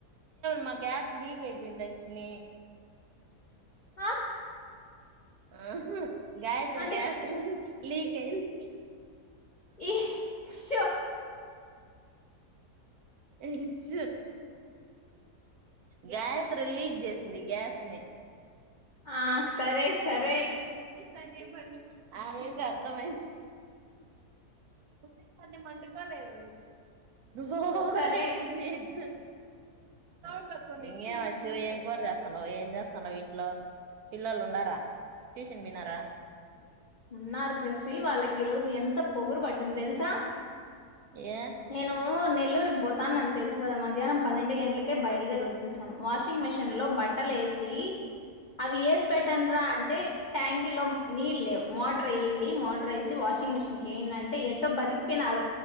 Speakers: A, on the right; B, on the left.
A: మా గ్యాస్ లీక్ అయిపోయింది అక్షిణి
B: ఆ
A: ఆహా గాయత్రి
B: అంటే
A: గ్యాస్ లీక్అయింది
B: ఈస్ో
A: ఇచ గ <inaudible> లీక్ చేసింది గ్యాస్ స్ని <inaudible>
B: ఆ సరే సరే
A: అది ముట్సాట పండ ఆ అర్థమ ముసా మండకాళదు అది <inaudible> రజ
B: సరే
A: <inaudible> బ <unintelligible> ఇంే వ శివు ఎం పోస్త హలో ఎంజేస్తన్నావ్ ఇంట్లో పిల్లోళ్ళు ఉండారా ఎందిన్నారు
B: ఉన్నారు ప్రసీ వాళ్ళకి ఈరోోజు ఎంత పొగురు పట్టుంది తెలుసా
A: ఏ
B: నేను నెల్లూరుకి పోతానని తెలుసు కదా మధ్యాహ్నం పన్నెండు గంటలకే బయలుదేరి వచ్చేసాను వాషింగ్ మెషిన్ లో బట్టలు వేసి అవి వేసి పెట్టండ్రా అంటే థంక్ ూ లో నీళ్ లేవు మోటర్ వే్యండి మోటర్ వేసి వాషింగ్ మిషిన్కి వేయండి అంటే ఎటో బతికిపోయినారు